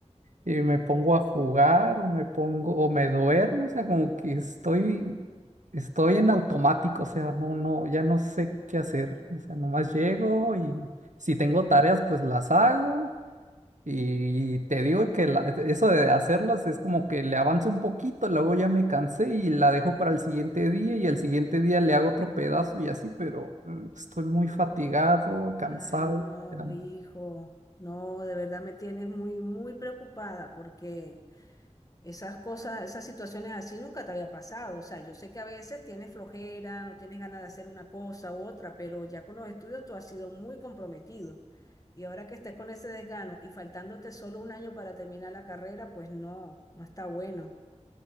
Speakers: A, on the right; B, on the left.
A: y me pongo a jugar o me pongo o me duermo, o sea, como que estoy, estoy en automático, o sea, no, no, ya no sé qué hacer, o sea, nomás llego y si tengo tareas, pues las hago y te digo que la- eso de hacerlas es como que le avanzo un poquito, luego ya me cansé y la dejo para el siguiente día y al siguiente día le hago otro pedazo y así, pero mm, estoy muy fatigado, cansado.
B: Ay, no,
A: ya.
B: hijo, no, de verdad me tienes muy, muy preocupada porque esas cosas, esas situaciones así nunca te había pasado. O sea, yo sé que a veces tienes flojera, no tienes ganas de hacer una cosa u otra, pero ya con los estudios tú has sido muy comprometido. Y ahora que estés con ese desgano y faltándote solo un año para terminar la carrera, pues no, no está bueno,